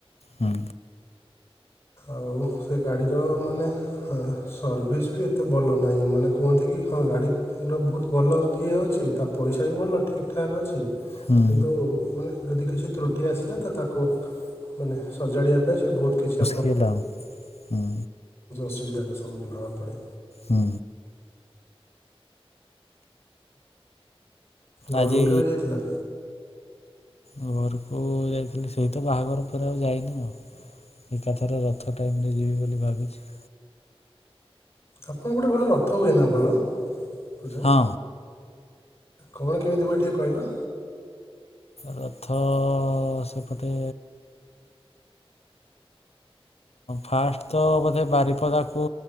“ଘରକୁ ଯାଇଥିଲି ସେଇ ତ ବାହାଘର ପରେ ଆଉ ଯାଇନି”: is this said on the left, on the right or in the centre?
Left